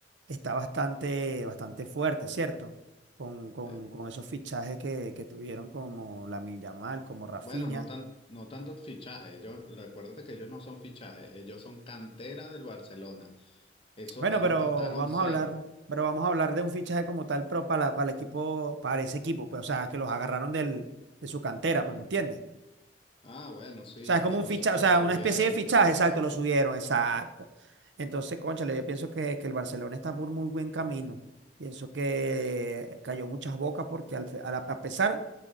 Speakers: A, on the right (about 85°); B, on the left (about 30°).
A: está bastante, bastante fuerte, ¿cierto? Con, con-
B: Eh,
A: con esos fichajes que, que tuvieron como Lamine Yamal, como Rafinha.
B: bueno, no tan, no tanto fichaje. Ellos, recuérdate que ellos no son fichajes, ellos son cantera del Barcelona. Eso,
A: Bueno,
B: ellos
A: pero
B: costaron
A: vamos
B: cero.
A: a hablar, pero vamos a hablar de un fichaje como tal, pero para, para el equipo, para ese equipo, pues, o sea, que los agarraron del, de su cantera, pues, ¿me entiendes?
B: Ah, bueno, sí,
A: O sea, es como
B: que
A: un
B: los
A: fichaje,
B: los
A: o sea,
B: subieron,
A: una especie de fichaje,
B: los subieron,
A: exacto,
B: sí.
A: lo subieron, exacto. Entonces, cónchale, yo pienso que, que el Barcelona está por muy buen camino. Pienso que cayó muchas bocas porque al fe- a, la- a pesar